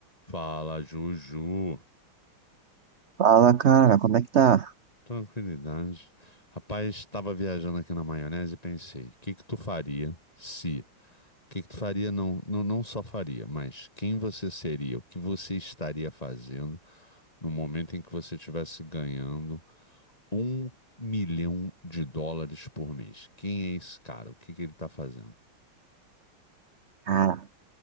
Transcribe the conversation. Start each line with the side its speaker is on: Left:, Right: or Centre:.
Left: Fala, Juju.
Right: Fala, cara, como é que tá?
Left: Tranquilidade. Rapaz, estava viajando aqui na maionese e pensei, o que que tu faria se... O que que tu faria, não, não, não só faria, mas quem você seria, o que você estaria fazendo no momento em que você estivesse ganhando um milhão de dólares por mês? Quem é esse cara? O que que ele está fazendo?
Right: Cara,